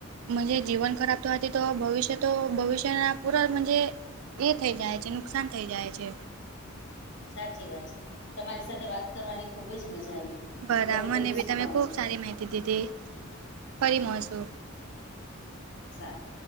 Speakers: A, on the right (about 80°); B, on the left (about 55°).
A: જ જીવન ખરાબ તો હતી તો ભવિષ્ય તો ભવિષ્યના પૂરાણજ એ થઇ જાય છે, નુકસાન થઇ જાય છે.
B: સાચી વાત છે તમારી સાથે વાત કરવાની ખુબ જ મજા આવી
A: બરા
B: અને ઘણું
A: મને
B: બધું
A: બી
B: શીખવા
A: તમે ખૂબ
B: મળ્યું
A: સારી માહિતી દીધી ફરી મળસુ
B: સારુ